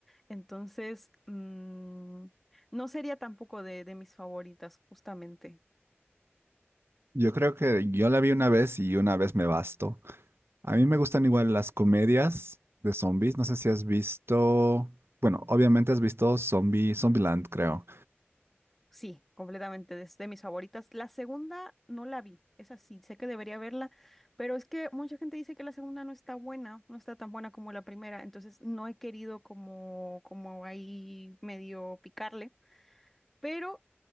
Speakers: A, in the centre; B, on the right.
A: entonces mm, no sería tampoco de, de mis favoritas, justamente.
B: Yo creo que yo la vi una vez y una vez me bastó. A mí me gustan igual las comedias de zombies. No sé si has visto. Bueno, obviamente has visto Zombie, Zombieland, creo.
A: Sí, completamente, es de mis favoritas. La segunda no la vi, es así, sé que debería verla, pero es que mucha gente dice que la segunda no está buena, no está tan buena como la primera, entonces no he querido como, como ahí medio picarle, pero